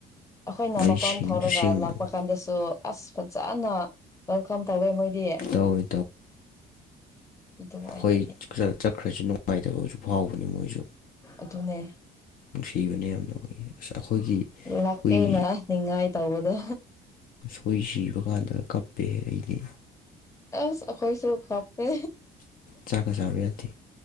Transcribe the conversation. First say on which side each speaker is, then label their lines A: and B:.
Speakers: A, on the left; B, on the left.
A: ꯑꯈꯣꯏꯅ
B: ꯑꯗꯩ
A: ꯃꯄꯥꯟ
B: ꯁꯤꯡꯁꯨ
A: ꯊꯧꯔꯒ
B: ꯁꯤꯡꯕꯅꯤ
A: ꯂꯥꯛꯄ ꯀꯥꯟꯗꯁꯨ ꯑꯁ ꯐꯖꯅ ꯋꯦꯜꯀꯝ ꯇꯧꯋꯦ ꯃꯣꯏꯗꯤ꯫
B: ꯇꯧꯋꯦ
A: ꯑꯗꯨ ꯑꯣꯏꯕꯒꯤ
B: ꯑꯈꯣꯏ ꯆꯠꯈ꯭ꯔꯁꯨ ꯅꯨꯡꯉꯥꯏꯇꯕꯁꯨ ꯐꯥꯎꯕꯅꯤ ꯃꯣꯏꯁꯨ꯫
A: ꯑꯗꯨꯅꯦ꯫
B: ꯅꯨꯡꯁꯤꯕꯅꯦ ꯌꯥꯝꯅ ꯑꯩꯈꯣꯏꯒꯤ ꯑꯁ ꯑꯩꯈꯣꯏꯒꯤ
A: ꯂꯀꯦꯅ
B: ꯍꯨꯏ
A: ꯅꯤꯡꯉꯥꯏ ꯇꯧꯕꯗꯣ꯫
B: ꯍꯨꯏ ꯁꯤꯕ ꯀꯥꯟꯗ ꯀꯞꯄꯦꯍꯦ ꯑꯩꯗꯤ꯫
A: ꯑꯁ ꯑꯈꯣꯏꯁꯨ ꯀꯞꯄꯦ꯫
B: ꯆꯥꯛꯀꯥ ꯆꯥꯕ ꯌꯥꯗꯦ꯫